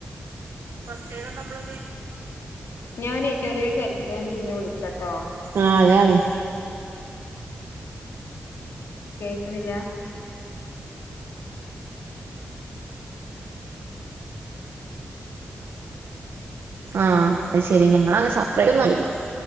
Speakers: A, on the right; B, on the left.
A: കൊറച്ചേരം നമ്മളൊന്ന്
B: ഞാനേ ചെറിയ തെരക്ക് ഞാൻ പിന്നെ വിളിക്കട്ടോ
A: ആഹ് അതാണ്
B: കേക്കണില്ല?
A: ആഹ് പ്പ ശരി ഞങ്ങളങ്ങനെ സപ്രൈ <unintelligible>